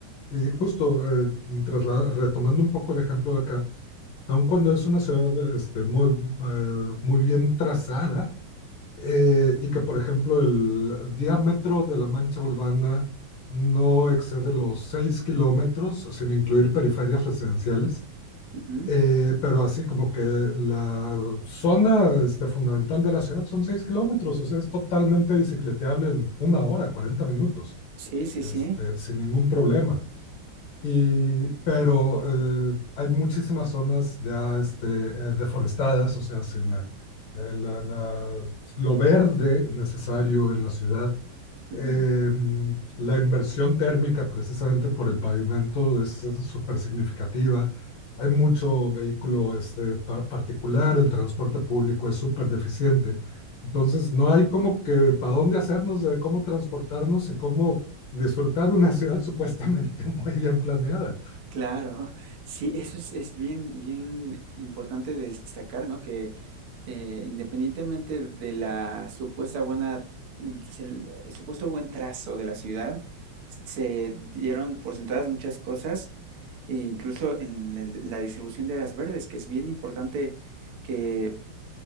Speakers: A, on the left; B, on the right.
A: Y justo eh, trasla- retomando un poco el ejemplo de acá, aun cuando es una ciudad este, muy, eh, muy bien trazada eh, y que, por ejemplo, el diámetro de la mancha urbana no excede los 6 kilómetros, sin incluir periferias residenciales,
B: ujú.
A: eh, pero así como que la zona este, fundamental de la ciudad son 6 kilómetros, o sea, es totalmente bicicleteable en una hora, 40 minutos,
B: Sí, sí,
A: este,
B: sí.
A: sin ningún problema. Y, pero eh, hay muchísimas zonas ya este, eh, deforestadas, o sea, sin eh, eh, la- la- lo verde necesario en la ciudad eh,
B: ujú.
A: la inversión térmica precisamente por el pavimento es súper significativa. Hay mucho vehículo este, pa- particular, el transporte público es súper deficiente. Entonces, no hay como que para dónde hacernos de cómo transportarnos y cómo disfrutar una ciudad supuestamente <laughs> muy bien planeada.
B: Claro, sí, eso es, es bien, bien importante destacar, ¿no? Que eh, independientemente de la supuesta buena, el, el supuesto buen trazo de la ciudad, se dieron por sentadas muchas cosas, e incluso en la, la distribución de las verdes, que es bien importante que